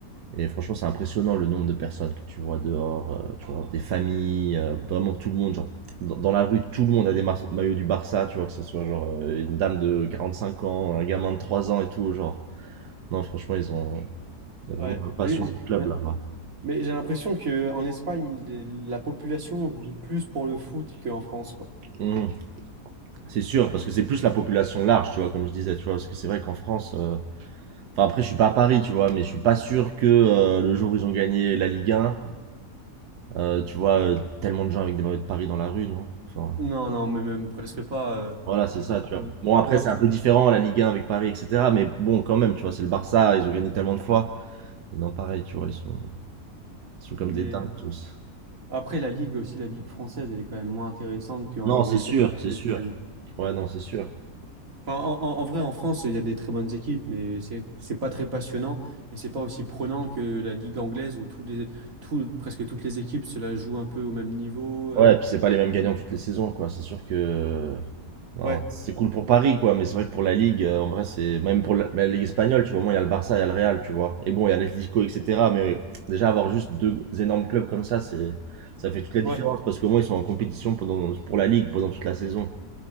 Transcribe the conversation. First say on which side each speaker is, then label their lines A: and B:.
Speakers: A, on the right; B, on the right.
A: Et franchement, c'est impressionnant le nombre de personnes que tu vois dehors. euh, tu vois, des familles, euh, vraiment tout le monde. Genre, dans, dans la rue, tout le monde a des mar- maillots du Barça, tu vois, que ce soit genre euh, une dame de 45 ans, un gamin de 3 ans et tout. Genre, non, franchement, ils ont il y a vraiment
B: Ouais.
A: la passion
B: Mais j'ai
A: du club là-bas.
B: mais j'ai l'impression que en Espagne, il- la population vit plus pour le foot qu'en France, quoi.
A: Mmh. C'est sûr, parce que c'est plus la population large, tu vois, comme je disais, tu vois, parce que c'est vrai qu'en France, euh, enfin après je suis pas à Paris, tu vois, mais je suis pas sûr que euh, le jour où ils ont gagné la Ligue 1, euh, tu vois, euh, tellement de gens avec des maillots de Paris dans la rue, non? Enfin,
B: Non, non, mais même presque pas. euh,
A: voilà, c'est ça, tu vois.
B: ouais.
A: Bon après
B: Ou alors
A: c'est
B: tu-
A: un peu différent la Ligue 1 avec Paris, etc. Mais bon, quand même, tu vois, c'est le Barça, ils ont gagné tellement de fois. Et non, pareil, tu vois, ils sont, ils sont comme
B: Mais
A: des dingues tous.
B: après, la Ligue aussi, la Ligue française, elle est quand même moins intéressante qu'en
A: Non,
B: Angleterre
A: c'est sûr,
B: ou
A: c'est sûr.
B: en Espagne.
A: Ouais, non, c'est sûr.
B: Enfin, en, en- en vrai, en France, il y a des très bonnes équipes, mais c'est c'est pas très passionnant et c'est pas aussi prenant que la ligue anglaise où tous les, tout, presque toutes les équipes se la jouent un peu au même niveau. euh.
A: Ouais, et puis c'est pas les mêmes gagnants toutes les saisons, quoi. C'est sûr que Ben,
B: Ouais,
A: c'est cool pour Paris, quoi, mais c'est vrai que pour la Ligue, euh, en vrai, c'est même pour la, la Ligue espagnole, tu vois, au moins il y a le Barça, il y a le Real, tu vois. Et bon, il y a l'Atlético, etc. Mais déjà, avoir juste deux énormes clubs comme ça, c'est ça fait toute la différence
B: ouais.
A: parce qu'au moins ils sont en compétition pendant, pour la Ligue pendant toute la saison.